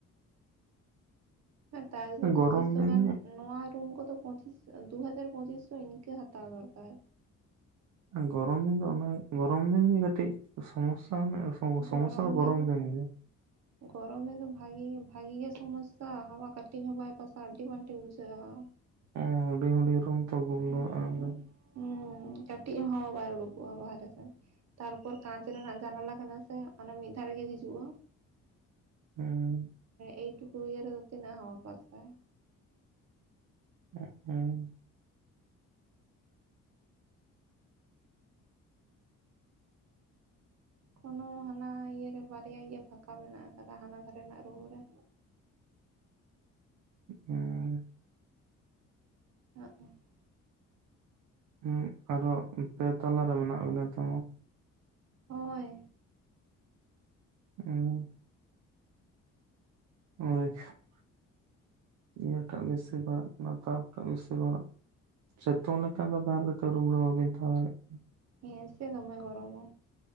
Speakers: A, on the right; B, on the right.
A: ᱛᱟ ᱡᱩᱫᱤ
B: ᱦᱩᱸ ᱜᱚᱨᱚᱢ
A: ᱯᱚᱸᱪᱤᱥ ᱥᱚ
B: ᱫᱤᱱ
A: ᱜᱟᱱ ᱱᱚᱣᱟ ᱨᱩᱢ ᱠᱚᱫᱚ ᱯᱚᱸᱪᱤᱥ ᱫᱩ ᱦᱟᱡᱟᱨ ᱯᱚᱸᱪᱤᱥ ᱥᱚ ᱤᱱᱠᱟᱹ ᱦᱟᱛᱟᱣ ᱫᱚᱨᱠᱟᱨ
B: ᱜᱚᱨᱚᱢ ᱫᱤᱱ ᱫᱚ ᱚᱱᱟ ᱜᱚᱨᱚᱢ ᱫᱤᱱᱜᱮ ᱠᱟᱹᱴᱤᱡ ᱥᱚᱢᱚᱥᱥᱟ ᱢᱟᱱᱮ ᱥᱚᱢᱚᱥᱥᱟ
A: ᱜᱚᱨᱚᱢ
B: ᱫᱚ
A: ᱫᱤᱱ
B: ᱜᱮ
A: ᱜᱚᱨᱚᱢ ᱫᱤᱱ ᱫᱚ ᱵᱷᱟᱜᱮ ᱵᱷᱟᱜᱤ ᱜᱮ ᱥᱚᱢᱚᱥᱥᱟ ᱦᱟᱣᱟ ᱠᱟᱹᱴᱤᱡ ᱦᱚᱸ ᱵᱟᱭ ᱯᱟᱥᱟ ᱟᱹᱰᱤ ᱵᱟᱝᱴᱷᱤᱠ ᱵᱩᱡᱷᱟᱹᱜᱼᱟ
B: ᱚ ᱦᱩᱰᱤᱝ ᱦᱩᱰᱤᱝ ᱨᱩᱢ ᱛᱚ ᱜᱩᱞᱞᱟᱹᱟ
A: ᱦᱩᱸ
B: ᱟᱫᱚ
A: ᱦᱩᱸ ᱠᱸᱟᱹᱴᱤᱡ ᱦᱚᱸ ᱦᱟᱥᱟ ᱵᱟᱭ ᱩᱰᱩᱠᱚᱜᱼᱟ ᱵᱟᱦᱨᱮ ᱥᱮᱫ ᱛᱟᱨᱯᱚᱨ ᱠᱟᱸᱪ ᱨᱮᱱᱟᱜ ᱡᱟᱱᱟᱞᱟ ᱠᱟᱱᱟ ᱥᱮ ᱚᱱᱟ ᱢᱤᱫ ᱫᱷᱟᱨᱮ ᱜᱮ ᱦᱤᱡᱩᱜᱼᱟ
B: <unintelligible> ᱦᱩᱸ᱾
A: ᱮᱭ ᱴᱩᱠᱩ ᱤᱭᱟᱹ ᱨᱮᱫᱚ ᱛᱤᱱᱟᱹᱜ ᱦᱟᱣᱟ ᱯᱚᱥᱥᱟ?
B: <inaudible>
A: ᱠᱳᱱᱳ ᱦᱟᱱᱟ ᱤᱭᱟᱹᱨᱮ ᱵᱟᱨᱭᱟ ᱤᱭᱟᱹ ᱯᱷᱟᱸᱠᱟ ᱢᱮᱱᱟᱜ ᱟᱠᱟᱫᱟ ᱦᱟᱱᱟ ᱫᱷᱟᱨᱮ ᱨᱮᱱᱟᱜ ᱨᱩᱢ ᱨᱮ,
B: <unintelligible>
A: <unintelligible>
B: ᱩᱸᱜ ᱟᱨᱦᱚᱸ ᱯᱮ ᱛᱟᱞᱟ ᱨᱮ ᱢᱮᱱᱟᱜ ᱵᱤᱱᱟ ᱛᱚ,
A: ᱦᱳᱭ ᱾
B: ᱩᱸ <unintelligible> ᱱᱤᱭᱮ ᱴᱟᱜ ᱵᱮᱥᱤ ᱯᱟᱱᱟᱜ <inaudible> ᱥᱮᱛᱳᱝ ᱞᱮᱠᱷᱟᱱ ᱫᱚ ᱛᱟᱦᱚᱞᱮ ᱛᱚ ᱨᱩᱢ ᱨᱮ ᱵᱟᱵᱤᱱ ᱛᱟᱦᱮ ᱫᱟᱲᱮᱭᱟ,
A: ᱦᱮᱸᱥᱮ ᱫᱚᱢᱮ ᱜᱚᱨᱚᱢᱟ